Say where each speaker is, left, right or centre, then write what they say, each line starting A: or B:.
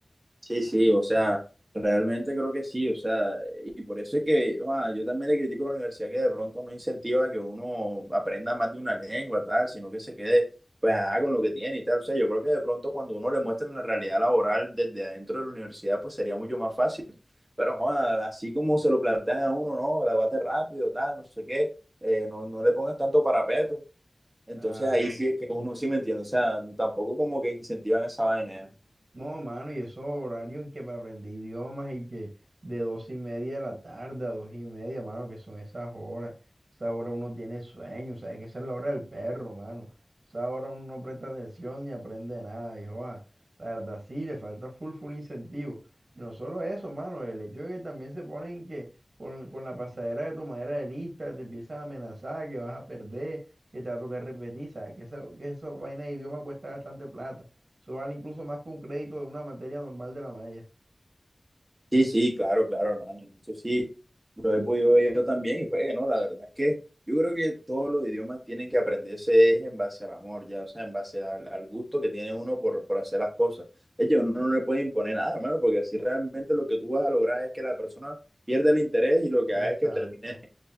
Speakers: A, on the right; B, on the right.
A: sí, sí, o sea, realmente creo que sí, o sea, y por eso es que ah, yo también le critico a la universidad que de pronto no incentiva que uno aprenda más de una lengua, tal, sino que se quede, pues, ah, con lo que tiene y tal. O sea, yo creo que de pronto cuando uno le muestra la realidad laboral desde adentro de la universidad, pues sería mucho más fácil. Pero, joda, así como se lo plantean a uno, no, gradúate rápido, tal, no sé qué, eh, no, no le pongas tanto parapeto. Entonces
B: Claro.
A: ahí sí es que uno sí me entiende, o sea, tampoco como que incentivan esa vaina. ya.
B: No, mano, y esos horarios y que para aprender idiomas y que de dos y media de la tarde a dos y media, mano, que son esas horas. Esa hora uno tiene sueño, sabes que esa es la hora del perro, mano. Esa hora uno no presta atención ni aprende nada, hijo. ah. La verdad sí, le falta full, full incentivo. Y no solo eso, mano, el hecho de que también se ponen que con, con la pasadera de tomadera de lista te empiezan a amenazar, que vas a perder, que te va a tocar repetir, sabes que esa, que esa vaina de idioma cuesta bastante plata. Eso vale incluso más que un crédito de una materia normal de la malla.
A: Sí, sí, claro, claro, hermano. Eso sí, lo he podido ver yo también y fue, que no, la verdad es que yo creo que todos los idiomas tienen que aprenderse es en base al amor, ya, o sea, en base al, al gusto que tiene uno por, por hacer las cosas. Es que uno no le puede imponer nada, hermano, porque así realmente lo que tú vas a lograr es que la persona pierda el interés y lo que
B: Exacto.
A: haga es que termine, o